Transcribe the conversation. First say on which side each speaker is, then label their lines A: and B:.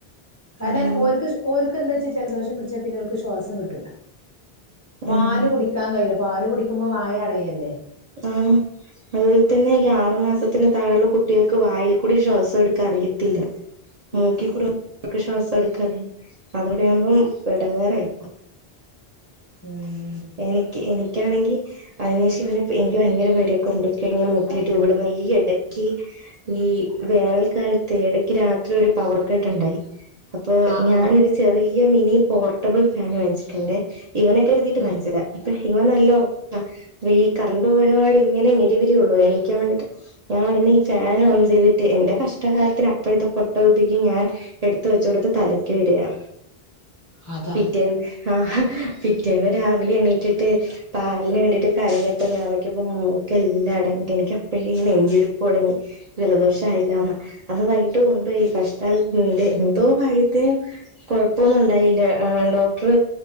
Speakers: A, on the left (about 25°); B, on the right (about 50°).
A: കാരണം
B: ആഹ് ആഹ്
A: ഓർക്ക് ഓര്ക്ക് എന്താ വച്ചാ ജലദോഷം പിടിച്ചാൽ പിന്നെ അവർക്ക് ശ്വാസം കിട്ടൂല. പാല്
B: ആഹ്
A: കുടി ടിക്കാൻ കഴിയില്ല. പാല് കുടിക്കുമ്പോ വായ അടയല്ലേ.
B: ആഹ് അതുപോലെ തന്നെ ഈ ആറു മാസത്തിന് താഴെയുള്ള കുട്ടികൾക്ക് വായിൽ കൂടി ശ്വാസം എടുക്കാൻ അറിയത്തില്ല.
A: ഉ
B: മൂക്കിൽ കൂടെ ഓൽക്ക് ശ്വാസം എടുക്കാനറില്ല. അതോടെയാവുമ്പോം <unintelligible> എടങ്ങേറായി.
A: ഉം
B: എനിക്ക് എനിക്കാണെങ്കിൽ അതിനുശേഷം പിന്നെ ഇപ്പ എനിക്ക് ഭയങ്കര പേടിയാ കൊണ്ടുപോയി കഴിഞ്ഞാൽ മൂക്കില് ട്യൂബിടുന്നത് ഈ എടയ്ക്ക് ഈ വേനൽക്കാലത്ത് എടക്ക് രാത്രി ഒരു പവർക്കെട്ടുണ്ടായി. അപ്പൊ
A: ആഹ്
B: ഞാനൊരു ചെറിയ മിനി പോർട്ടബിൾ ഫാന് വാങ്ങിച്ചിട്ടുണ്ട്. ഇവനെ കരുതീട്ട്
A: ആഹ്
B: വാങ്ങിച്ചതാ, ഇവൻ നല്ല ഒറക്കാ, വീ കറണ്ട് പോയ പാട് ഇങ്ങനെ ഞെരിപിരി കൊളളുക എണീക്കാൻ വേണ്ടീട്ട് ഞാൻ ഉടനെ ഈ ഫാൻ ഓൺ ചെയ്തിട്ട് എന്റെ കഷ്ടകാലത്തിന് അപ്പോഴത്തെ പൊട്ടബുദ്ധിക്ക് ഞാൻ എടുത്ത വെച്ചുകൊടുത്തത് തലക്ക് മീതെയാ
A: അതാ
B: പിറ്റേന്ന് ആഹ്, പിറ്റേന്ന് രാവിലെ എണീറ്റിട്ട് പാലിന് വേണ്ടിട്ട് കരയും അപ്പൊ ഞാൻ നോക്കിയപ്പോ മൂക്ക് എല്ലാം അടഞ്ഞിട്ട് എനിക്ക് അപ്പഴേ നെഞ്ചിടിപ്പ്തുടങ്ങി ജലദോഷ ആയില്ലാന്ന്, അന്ന് വൈകിട്ട് കൊണ്ടുപോയി കഷ്ടാലത്തിന്റെ എന്തോ ഭാഗ്യത്തിന് കൊഴപ്പോന്നു ഉണ്ടായില്ല. ഡോക്ടർ